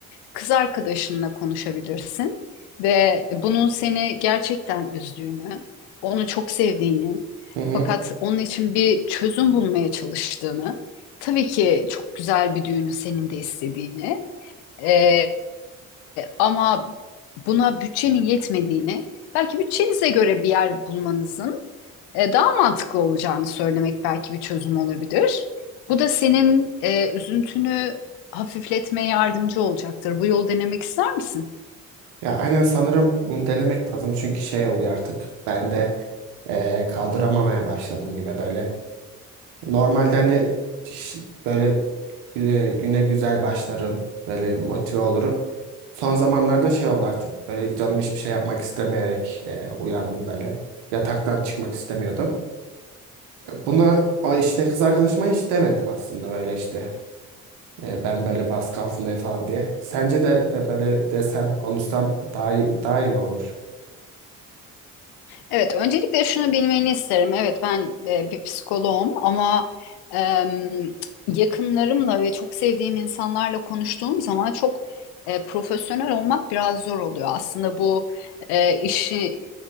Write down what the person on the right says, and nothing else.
hı hı.
Ya aynen sanırım bunu denemek lazım çünkü şey oluyor artık ben de eee, kaldıramamaya başladım gibi böyle. Normalden de ş- böyle gü- güne güzel başlarım böyle motive olurum. Son zamanlarda şey oldu artık böyle canım hiçbir şey yapmak istemeyerek eee, uyandım böyle. Yataktan çıkmak istemiyordum. Buna o işte kız arkadaşıma hiç demedim aslında böyle işte eee, ben böyle baskı altındayım falan diye. Sence de e, böyle desem konuşsam daha iyi, daha iyi mi olur?